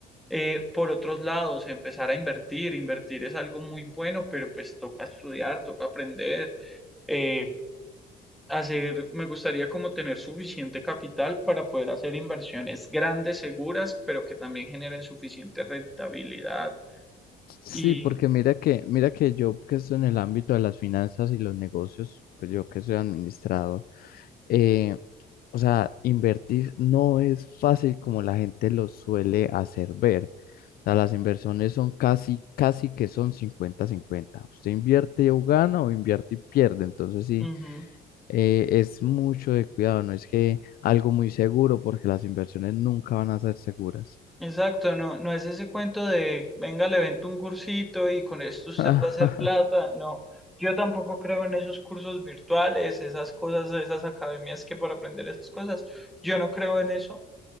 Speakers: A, in the centre; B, on the left (about 60°).
A: eh, por otros lados, empezar a invertir. Invertir es algo muy bueno, pero pues toca estudiar, toca aprender, eh, hacer, me gustaría como tener suficiente capital para poder hacer inversiones grandes, seguras, pero que también generen suficiente rentabilidad.
B: Sí,
A: Y,
B: porque mira que, mira que yo que estoy en el ámbito de las finanzas y los negocios, pues yo que soy administrador, eh, o sea, invertir no es fácil como la gente lo suele hacer ver. O sea, las inversiones son casi, casi que son cincuenta-cincuenta. Usted invierte o gana o invierte y pierde. Entonces sí,
A: ujú.
B: eh, es mucho de cuidado, no es que algo muy seguro, porque las inversiones nunca van a ser seguras.
A: Exacto, no, no es ese cuento de venga, le vendo un cursito y con esto
B: <laughs>
A: usted va a hacer plata. No, yo tampoco creo en esos cursos virtuales, esas cosas, esas academias que para aprender esas cosas. Yo no creo en eso,